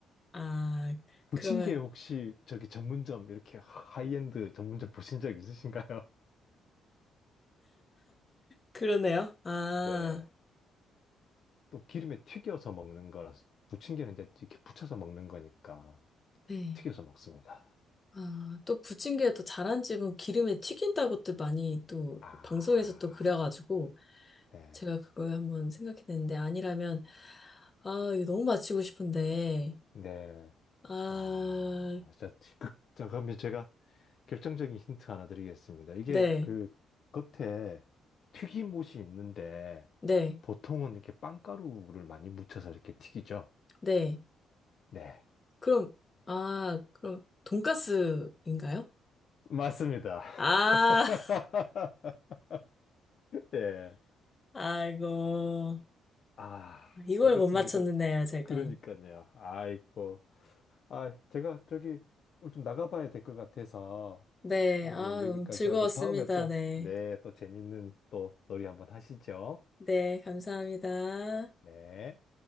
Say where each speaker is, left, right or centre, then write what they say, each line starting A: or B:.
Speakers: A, on the left (about 30°); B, on the left (about 55°).
A: 아,
B: 부침개
A: 그러면,
B: 혹시 저기 전문점 이렇게 하이엔드 전문점 보신 적 있으신가요?
A: 그러네요. 아,
B: <laughs> 네. 또 기름에 튀겨서 먹는 거라서 부침개는 이제 이렇게 부쳐서 먹는 거니까
A: 네.
B: 튀겨서 먹습니다.
A: 아, 또 부침개 또 잘한 집은 기름에 튀긴다고들 많이 또
B: 아,
A: 방송에서 또 그래가지고
B: 네.
A: 제가 그걸 한번 생각해냈는데 아니라면 아 이거 너무 맞히고 싶은데
B: 네.
A: 아
B: 아, 진짜 극, 자, 그러면 제가 결정적인 힌트 하나 드리겠습니다. 이게
A: 네,
B: 그 겉에 튀김옷이 있는데
A: 네,
B: 보통은 이렇게 빵가루를 많이 묻혀서 이렇게 튀기죠.
A: 네.
B: 네.
A: 그럼 아 그럼 돈가스인가요?
B: 맞습니다.
A: 아
B: <laughs>
A: <laughs>
B: 예.
A: 아이고
B: 아,
A: 이걸
B: 어땠습니까?
A: 못 맞췄는데요 제가.
B: 그러니까요. 아이고. 아, 제가 저기 오늘 좀 나가봐야 될 것 같아서
A: 네,
B: 오늘은
A: 아 너무
B: 여기까지
A: 즐거웠습니다.
B: 하고 다음에 또,
A: 네,
B: 네, 또 재밌는 또 놀이 한번 하시죠.
A: 네 감사합니다.
B: 네.